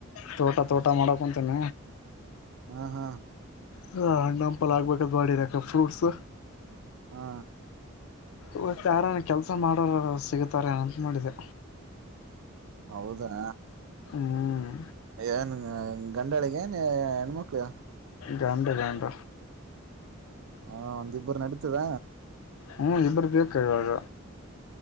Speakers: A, on the left; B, on the right.
A: ತೋಟ ತೋಟ ಮಾಡಕೊಂತೀನ.
B: ಹಾ ಹಾ
A: ಹಾ ಹಣ್ಣ ಹಂಪಲ್ ಹಾಕಬೇಕಂತ್ ಮಾಡಿನಿ ಫ್ರೂಟ್ಸ್.
B: ಹಾ
A: ಇವತ್ತ ಯಾರಾನ ಕೆಲ್ಸ ಮಾಡೋರು ಸಿಗತಾರ ಏನ್ ಅಂತ ಮಾಡಿದೆ.
B: ಹೌದಾ.
A: ಹ್ಮ.
B: ಏನ್ ಗಂಡಾಳಿಗ ಏ ಮಕ್ಕಳ <inaudible>
A: ಗಾಂಡ ಗಂಡ
B: ಹಾ ಒಂದಿಬ್ಬರು ನಡೀತದ
A: ಹ್ಮ್ ಇಬ್ಬರು ಬೇಕಾಗಾಗ